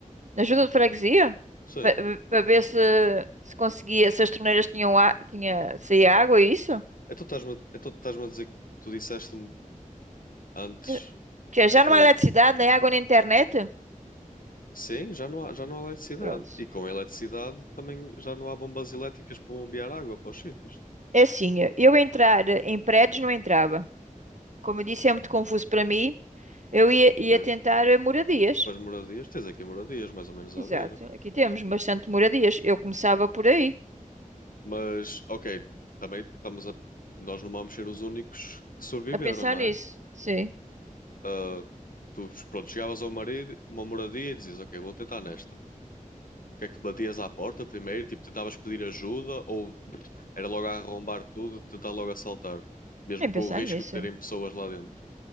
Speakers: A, on the right; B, on the left.
A: na junta de freguesia,
B: Sim.
A: para ver se, se conseguia, se as torneiras tinham a, tinha, saía água, é isso?
B: Então estás-me então estás-me a dizer que tu disseste-me antes
A: Eh, Já já
B: que
A: não há eletricidade, nem água, nem internet?
B: sim, já não há, já não há eletricidade.
A: Pronto.
B: E com a eletricidade também já não há bombas elétricas para bombear água para os sítios.
A: É assim, eh, eu entrar em prédios não entrava. Como eu disse, é muito confuso para mim. Eu ia,
B: Ok.
A: ia tentar eh, moradias.
B: Para as moradias, tens aqui moradias, mais ou menos
A: Exato,
B: à beira.
A: aqui temos bastante moradias. Eu começava por aí,
B: Mas, ok, também estamos a. Nós não vamos ser os únicos que sobreviveram,
A: a pensar
B: não
A: nisso.
B: é?
A: Sim,
B: ah, tu, pronto, chegavas a marido- uma moradia e dizias, ok, vou tentar nesta. O que é que batias à porta primeiro? Tipo, tentavas pedir ajuda ou pff, era logo a arrombar tudo, tentar logo assaltar, mesmo
A: nem pensar
B: com o risco
A: nisso.
B: de terem pessoas lá dentro.